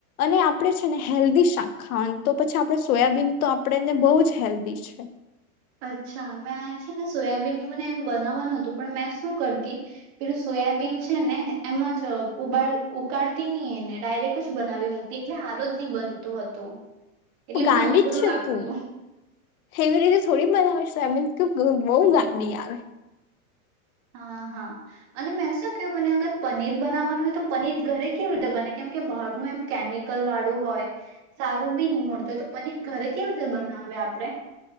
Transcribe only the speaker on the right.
અચ્છા મેં છે ને સોયાબીનની મને એમ બનાવવાનું હતું પણ મેં શું કરતી પેલું સોયાબીન છે ને એમ જ ઉાડ ઉકાળતી ની એને ડાયરેક્ટ જ બનાવી મૂકતી એટલે હારું જ નહી બનતું હતું. એટલે
મને અઘરું
લાગતું
હા હા અને મેં શું ક્યું મને અગર પનીર બનાવવાનું હોય તો પનીર ઘરે કેવી રીતે બને કેમ કે બહારનું એમ કેમિકલ વાળું હોય, સારું બી નહી મળતું હોય તો પનીર ઘરે કેવી રીતે બનાવે આપણે?